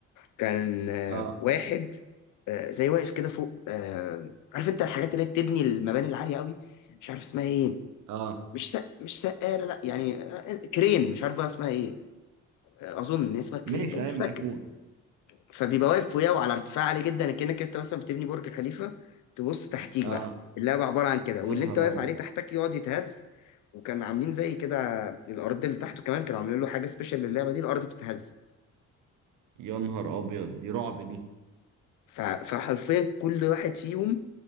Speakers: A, on the left; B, on the right.
A: كان آه،
B: اه
A: واحد آه، زي واقف كده فوق آه، عارف انت الحاجات اللي هي بتبني المباني العاليه قوي مش عارف اسمها ايه
B: اه
A: مش سق... مش سقاله لا يعني آه، كرين مش عارف بقى اسمها ايه آه، اظن ان اسمها كرين
B: ماشي
A: باين مش
B: ايا ما
A: فاكر
B: يكون
A: فبيبقى واقف فوقيه وعلى ارتفاع عالي جدا كانك انت مثلا بتبني برج خليفه تبص تحتيك
B: اه
A: بقى اللعبه عباره عن كده
B: يا
A: واللي
B: نهار
A: انت واقف
B: ابيض
A: عليه تحتك يقعد يتهز وكان عاملين زي كده الارض اللي تحته كمان كانوا عاملين له حاجه سبيشال للعبه دي الارض بتتهز
B: يا نهار ابيض دي رعب دي
A: ف... فحرفيا كل واحد فيهم